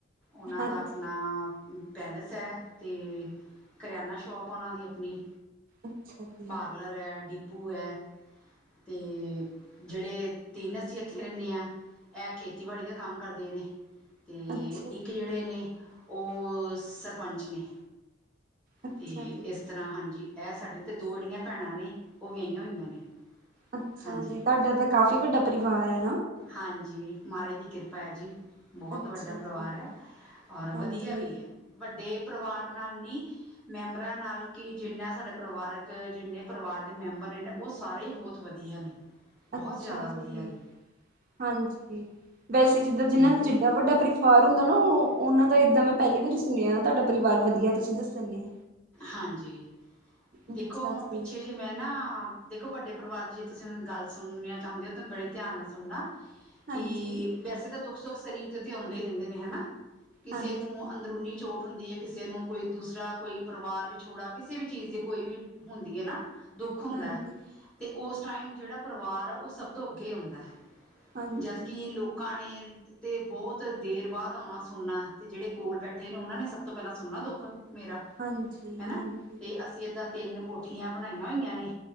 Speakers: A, in the centre; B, on the right.
A: ਓਨਾ
B: ਹਾਂਜੀ,
A: ਦਾ ਅਪਨਾ ਪੈਲਸ ਐ, ਤੇ ਕਰਆਨਾ ਸ਼ੋਪ ਓਨਾਂ ਦੀ ਅਪਨੀ
B: ਅੱਛਾ ਜੀ,
A: ਪਾਰਲਰ ਐ ਡੀਪੂ ਐ, ਤੇ ਜੇੜੇ ਤੇਨ ਅਸੀ ਏਥੇ ਰੇਨੇ ਆਂ, ਐ ਖੇਤੀਬਾੜੀ ਦਾ ਕੰਮ ਕਰਦੇ ਨੇ ਤੇ
B: ਅੱਛਾ ਜੀ,
A: ਇੱਕ ਜੇੜੇ ਨੇ ਓ ਸਰਪੰਚ ਨੇ
B: ਅੱਛਾ
A: ਤੇ
B: ਜੀ।
A: ਏਸ ਤਰਾਂ ਹਾਂਜੀ ਐ ਸਾਡੇ ਤੇ ਦੋੜੀਆਂ ਭੈਨਾ ਨੇ, ਓ ਵਆਂਈਆਂ ਹੋਈਆਂ ਨੇ
B: ਅੱਛਾ
A: ਹਾਂਜੀ
B: ਜੀ, ਤਾਡਾ ਤਾ ਕਾਫ਼ੀ ਵੱਡਾ ਪਰਿਵਾਰ ਐ।
A: ਹਾਂਜੀ, ਮਾਰਾਜ ਦੀ ਕਿਰਪਾ ਐ ਜੀ, ਬੋਤ
B: ਅੱਛਾ
A: ਵੱਡਾ ਪਰਵਾਰ
B: ਜੀ,
A: ਐ ਓਰ
B: ਹਾਂਜੀ।
A: ਵਦੀਆ ਵੀ ਏ, ਵੱਡੇ ਪਰਵਾਰ ਨਾਲ ਨੀ ਮੈਂਬਰਾਂ ਨਾਲ ਕਿ ਜਿੰਨਾ ਸਾਡੇ ਪਰਵਾਰਕ ਜਿੰਨੇ ਪਰਵਾਰ ਦੇ ਮੈਂਬਰ ਨੇ ਓ ਓ ਸਾਰੇ ਹੀ ਬੋਤ ਵਦੀਆ ਨੇ, ਬੋਹਤ
B: ਅੱਛਾ
A: ਜੈਦਾ ਵਦੀਆ
B: ਜੀ,
A: ਨੇ।
B: ਹਾਂਜੀ, ਵੈਸੇ ਜਿਦਾਂ
A: ਅਤੇ
B: ਜਿਨਾਂ ਦਾ ਜਿੱਦਾਂ ਵੱਡਾ ਪਰਿਵਾਰ ਹੁੰਦਾ ਨਾ ਓਹ ਓਨਾਂ ਤਾਂ ਏਦਾਂ ਮੈਂ ਪੈਲੀ ਵਾਰੀ ਸੁਣੇਆ ਤਾਡਾ ਪਰਿਵਾਰ ਵਦੀਆ ਤੁਸੀ ਦੱਸਨ ਏ
A: ਹਾਂਜੀ, ਦੇਖੋ
B: ਅੱਛਾ
A: ਹੁਨ
B: ਜੀ
A: ਪਿੱਛੇ ਜੇ ਮੈਂ ਨਾ ਦੇਖੋ ਵੱਡੇ ਪਰਵਾਰ ਜੇ ਤੁਸੀ ਹੁਨ ਗੱਲ ਸੁਨੇਆਂ ਚਾਂਦੇ ਹੋ ਤਾਂ ਬੜੇ ਧਿਆਨ ਨਾਲ ਸੁਨਾ
B: ਹਾਂਜੀ
A: ਕਿ ਵੈਸੇ, ਤਾਂ ਦੁੱਖ ਸੁੱਖ ਸਰੀਰ ਦੇ ਉੱਤੇ ਆਉਂਦੇ ਹੀ ਰਹਿੰਦੇ ਨੇ ਹਨਾ? ਕਿਸੇ
B: ਹਾਂਜੀ
A: ਨੂੰ ਅੰਦਰੂਨੀ ਚੋਟ, ਹੁੰਦੀ ਏ ਕਿਸੇ ਨੂੰ ਕੋਈ ਦੂਸਰਾ ਕੋਈ ਪਰਿਵਾਰ ਵਿਛੋੜਾ, ਕਿਸੇ ਵੀ ਚੀਜ਼ ਦੀ ਕੋਈ ਵੀ ਹੁੰਦੀ ਏ ਨਾ ਦੁੱਖ, ਹੁੰਦਾ
B: ਹਾਂਜੀ
A: ਹੈ ਤੇ ਉਸ ਉਸ ਟਾਈਮ, ਜਿਹੜਾ ਪਰਿਵਾਰ ਆ ਉਹ ਸਭ ਤੋਂ ਅੱਗੇ ਆਉਂਦਾ,
B: ਹਾਂਜੀ
A: ਜਦ ਕਿ ਲੋਕਾਂ ਨ ਤੇ ਬਹੁਤ ਦੇਰ ਬਾਅਦ ਆਉਣਾ। ਸੁਣਨਾ ਤੇ ਜਿਹੜੇ ਕੋਲ ਬੈਠੇ ਨੇ ਉਹਨਾਂ ਨੇ, ਸਭ ਤੋਂ ਪਹਿਲਾਂ ਸੁਣਨਾ ਦੁੱਖ ਮੇਰਾ।
B: ਹਾਂਜੀ,
A: ਹਨਾ
B: ਹਾਂਜੀ।
A: ਤੇ ਅਸੀਂ ਏਦਾਂ ਤਿੰਨ, ਕੋਠੀਆਂ ਬਣਾਈਆਂ ਹੋਈਆਂ ਨੇ,